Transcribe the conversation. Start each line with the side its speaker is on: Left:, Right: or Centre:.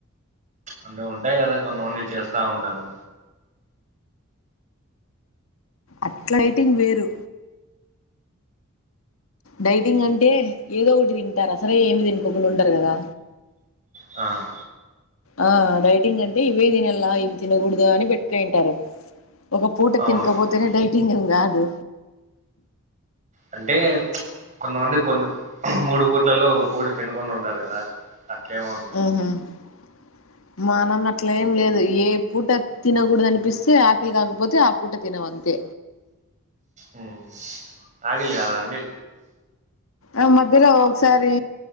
Right: అంటే ఉంటాయి కదా. కొంతమంది చేస్తా ఉంటారు.
Left: అట్లాటింగ్ వేరు. డైటింగ్ అంటే ఏదో ఒకటి తింటారు. అసలే ఏమి తినుకోకుండా ఉండరు కదా.
Right: ఆ.
Left: ఆ డైటింగ్ అంటే. ఇవే తినల్లా ఇవి తినకూడదు అని పెట్టుకొని ఉంటారు. ఒక పూట
Right: అవునవును
Left: తినకపోతేనే డైటింగ్ ఏం కాదు.
Right: అంటే కొంతమంది. కొన్ని మూడు పూట్లలో ఒక పూట తినకుండా ఉంటారు కదా. అట్లేమో అని.
Left: మా అన్న అన్నట్లే. అట్లా ఏం లేదు. ఏ పూట తినకూడదు అనిపిస్తే ఆకలి కాకపోతే ఆ పూట తినము అంతే.
Right: ఊ ఆదిల్లు కాదా అండి.
Left: ఆ మధ్యలో ఒకసారి.